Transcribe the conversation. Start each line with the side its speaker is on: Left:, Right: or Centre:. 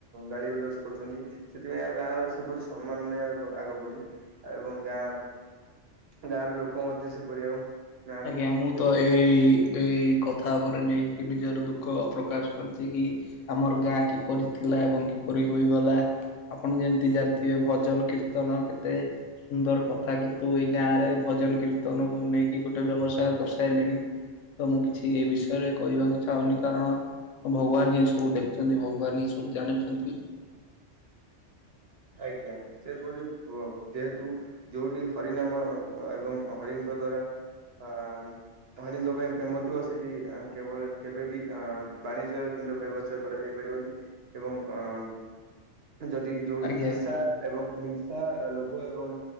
Right: ଗାଳି ଗୁଲଜ୍ କରୁଛନ୍ତି ସେଥିପାଇଁ ଆଉ ଗାଁର ସେପରି ସମ୍ମାନ୍ ନାଇଁ ଆଗ ପରି ଏବଂ ଗାଁ ଗାଁ ର ଲୋକ ମଧ୍ୟ ସେପରି ଆଉ ନାହାନ୍ତି
Left: ଆଜ୍ଞା ମୁଁ ତ
Right: <inaudible>
Left: ଏଇ ଏଇ କଥା ଉପରେ ନେଇକି ନିଜର ଦୁଃଖ ପ୍ରକାଶ୍ କରିଚି କି ଆମର ଗାଁ କିପରି ଥିଲା ଏବଂ କିପରି ହୋଇଗଲା ଆପଣ ଯେମିତି ଜାଣିଥିବେ ଭଜନ କୀର୍ତ୍ତନ କେତେ ସୁନ୍ଦର କଥା କିନ୍ତୁ ଏଇ ଗାଁ ରେ ଭଜନ କୀର୍ତ୍ତନକୁ ନେଇକି ଗୋଟେ ଗୋଟେ ବ୍ୟବସାୟ କରିସାରିଲିଣି ତ ମୁଁ କିଛି ଏ ବିଷୟରେ କହିବାକୁ ଚାହୁଁନି କାରଣ ଆଉ ଭଗବାନ ହିଁ ସବୁ ଦେଖୁଛନ୍ତି ଭଗବାନ ହିଁ ସବୁ ଜାଣିଛନ୍ତି
Right: ଆଜ୍ଞା ସେପରି ଯେହେତୁ ଯୋଉଠି ହରି ନାମ ଏବଂ ହରିଙ୍କ ଦ୍ଵାରା ଆ ହରିଙ୍କ ପାଇଁ ପ୍ରେମ ଥିବ ସେଠି କେବଳ କେବେ ବି ଅ ବାଣିଜ୍ୟ କିନ୍ତୁ ବ୍ୟବସାୟ କରାଯାଇ ପାରିବନି ଏବଂ ଅ ଯଦି ଯୋଉଠି
Left: ଆଜ୍ଞା
Right: ହିଂସା, ଏବଂ ହିଂସା ଲୋଭ ଏବଂ